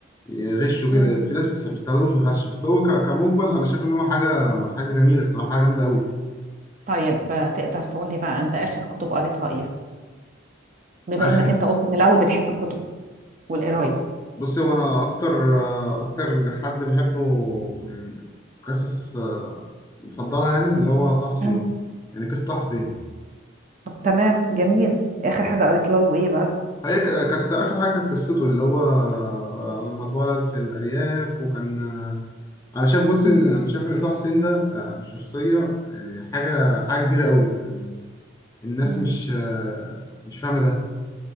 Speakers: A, on the left; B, on the right.
A: يغشوا
B: مم.
A: كده في ناس بتحب بيستخدموه في الغش بس هو ك- كمجمل انا شايف ان هو حاجه حاجه جميله الصراحه حاجه جامده قوي
B: طيب آه، تقدر تقول لي بقى انت اخر كتب قريتها ايه بما
A: اخر
B: انك انت قلت من الاول بتحب الكتب والقرايه
A: ب- بص هو انا اكتر اكتر حد بحبه يعني قصص آه، مفضله يعني اللي هو طه حسين
B: مم.
A: يعني قصه طه حسين
B: طب تمام جميل اخر حاجه قريت له ايه بقى
A: هي ك- كانت اخر حاجه كانت قصته اللي هو آه، لما اتولد في الارياف وكان آه، انا شايف بص
B: مم.
A: ان انا شايف ان طه حسين ده آه، شخصيه يعني حاجه حاجه كبيره قوي يعني الناس
B: مم.
A: مش آه، مش فاهمه ده